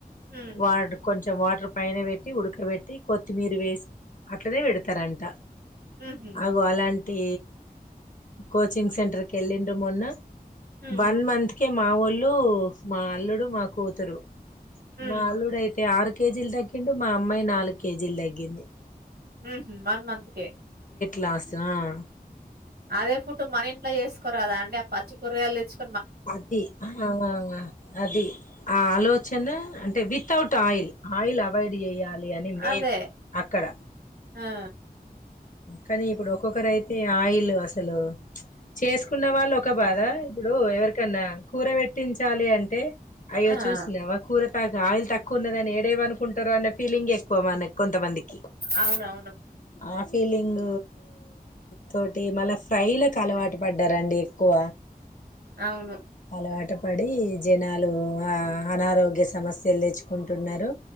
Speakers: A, on the right; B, on the left.
A: ఉమ్
B: వా కొంచెం వాటర్ పైన పెట్టి ఉడకబెట్టి కొత్తిమీర వేసి అట్లనే పెడతారంట
A: ఉహు
B: అగో అలాంటి కోచింగ్ సెంటర్ కి వెళ్లే సి మొన్న
A: ఉమ్
B: వన్ మంత్కే మా ఒ ఊళ్ళు మా అల్లుడు మా కూతురు
A: ఉమ్
B: మా అల్లుడు అయితే ఆరు కేజీలు తగ్గిండు మా అమ్మాయి నాలుగు కేజీలు తగ్గింది
A: ఉ వన్ మంత్కే
B: గ్లాసుల
A: అదే పుడ్ మన ఇంట్లో చేసుకోరద అండి పచ్చికరగాయలు తెచ్చుకో
B: అది ఆ అది ఆ ఆలోచన అంటే విత్ ట్ ఆయిల్. ఆయిల్ అవాయిడ్ చేయాలి అని మెయిన్
A: అదే
B: అక్కడ.
A: ఆ
B: కానీ ఇప్పుడు ఒక్కొక్కరు అయితే ఆయిల్ అసలు చేసుకున్న వాళ్ళు ఒక బాధ ఇప్పుడు ఎవరికి న్నా కూర పెట్టించాలి అంటే అయ్యో
A: ఆ
B: చూసినావా కూర త ఆయిల్ తక్కువ ఉన్నదిని ఏడేవ అనుకుంటారు అనే ఫీలింగ్ ఎక్కువ మన కొంతమందికి
A: అవునవును
B: ఆ ఫీలింగ్ తోటి మ ఫ్రై కాలవాట పడి తింటారండి ఎక్కువ
A: అవును
B: అలవాట పడి జనాలు ఆ అనారోగ్య సమస్యలు తెచ్చుకుంటున్నారు